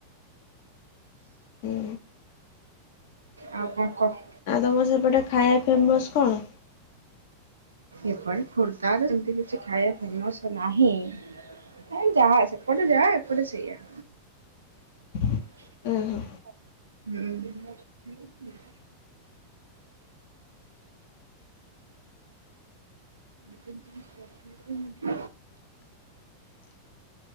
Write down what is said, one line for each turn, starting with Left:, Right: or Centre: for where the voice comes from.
Left: ହୁଁ
Right: ଆଉ କଣ କହ?
Left: ଆଉ ତମର ସେପଟେ ଖାଇଆ ଫେମସ କଣ?
Right: ଏପରେ ଖୋର୍ଦ୍ଧା ରେ ସେମିତି କିଛି ଖାଇଆ ଫେମସ ନାହିଁ। ଏ ଯାହା ସେପଟେ ଯାଆ ଏପଟେ ସେୟା।
Left: <inaudible>
Right: <unintelligible>
Left: ଓହୋ
Right: <inaudible>